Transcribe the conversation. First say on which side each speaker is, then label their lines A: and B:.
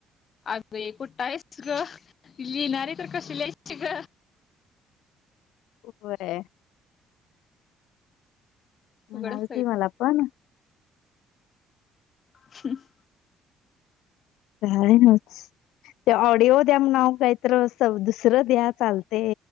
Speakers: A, on the left; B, on the left.
A: अग हे कुठा आहेच ग लिणार आहे तर कस लय ग.
B: होय. म्हणाल
A: उघडच
B: त मला पण
A: हम्.
B: काय ना ते ऑडिओ द्या नाव काहीत दुसरं द्या चालते